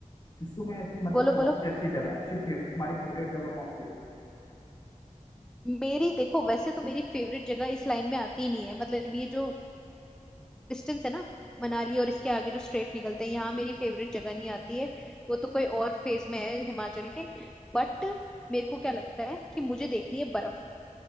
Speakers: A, on the left (about 30°); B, in the centre.
A: शिशु में ऐसी मतलब
B: बोलो
A: कौन
B: बोलो
A: सी अच्छी जगह अच्छी फेवरेट तुम्हारी फेवरेट जगह कौन सी है
B: मेरी देखो वैसे तो मेरी फेवरेट जगह इस लाइन में आती नहीं है मतलब ये जो डिस्टेंस है ना मनाली और इसके आगे जो स्ट्रेट निकलते हैं यहाँ मेरी फेवरेट जगह नहीं आती है वो तो कोई और फेज में है हिमाचल के बट मेरे को क्या लगता है कि मुझे देखनी है बर्फ